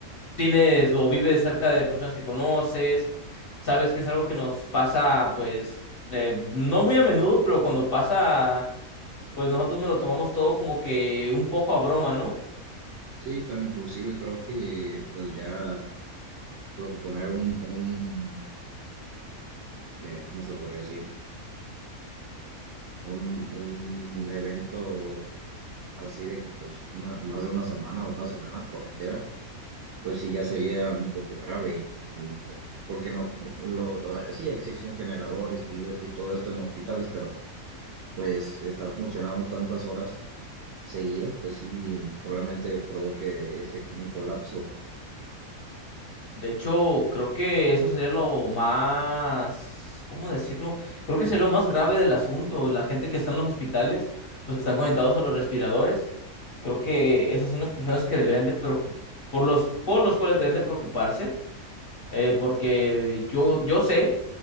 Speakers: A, on the left (about 45°); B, on the right (about 65°).
A: tienes o vives cerca de personas que conoces, sabes que es algo que nos pasa, pues, eh, no muy a menudo, pero cuando pasa, pues nosotros nos lo tomamos todo como que un poco a broma, ¿no?
B: Sí, pero inclusive creo que pues ya proponer un, un eh, ¿cómo se le podría decir? Un, un evento así de que pues una- más de una semana o una semana entera, pues sí ya sería un poco grave, y, pues, porque no, lo, ah, sí existen generadores y, y todo esto en hospitales, pero pues estar funcionando tantas horas seguidas, pues sí probablemente provoque este un colapso.
A: De hecho, creo que eso sería lo más, ¿cómo decirlo? Creo que sería lo más grave del asunto. La gente que está en los hospitales, los que están conectados a los respiradores, creo que esas son las personas que deberían de preocu- por los, por los cuales deben de preocuparse, eh, porque yo, yo sé,